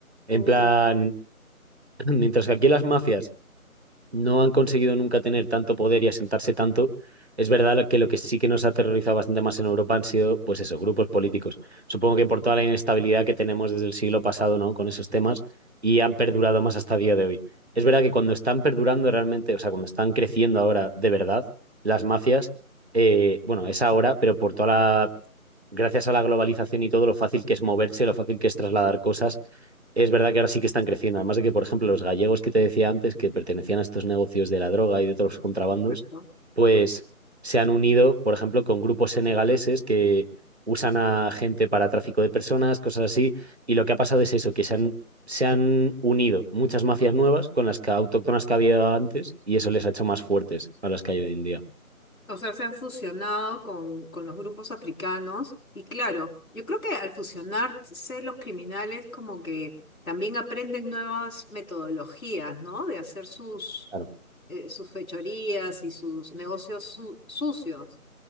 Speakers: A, on the right; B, on the left.
A: En
B: Oh,
A: plan, <clears throat> mientras que aquí las mafias no han conseguido nunca tener tanto poder y asentarse tanto. Es verdad lo que lo que sí que nos ha aterrorizado bastante más en Europa han sido, pues eso, grupos políticos. Supongo que por toda la inestabilidad que tenemos desde el siglo pasado, ¿no? Con esos temas y han perdurado más hasta día de hoy. Es verdad que cuando están perdurando realmente, o sea, cuando están creciendo ahora de verdad las mafias, eh, bueno, es ahora, pero por toda la gracias a la globalización y todo lo fácil que es moverse, lo fácil que es trasladar cosas, es verdad que ahora sí que están creciendo. Además de que, por ejemplo, los gallegos que te decía antes, que pertenecían a estos negocios de la droga y de todos los contrabandos,
B: perfecto.
A: pues se han unido, por ejemplo, con grupos senegaleses que usan a gente para tráfico de personas, cosas así. Y lo que ha pasado es eso, que se han, se han unido muchas mafias nuevas con las que, autóctonas que había antes y eso les ha hecho más fuertes a las que hay hoy en día.
B: O sea, se han fusionado con, con los grupos africanos y claro, yo creo que al fusionarse los criminales como que también aprenden nuevas metodologías, ¿no? De hacer sus,
A: Claro,
B: eh, sus fechorías y sus negocios su- sucios,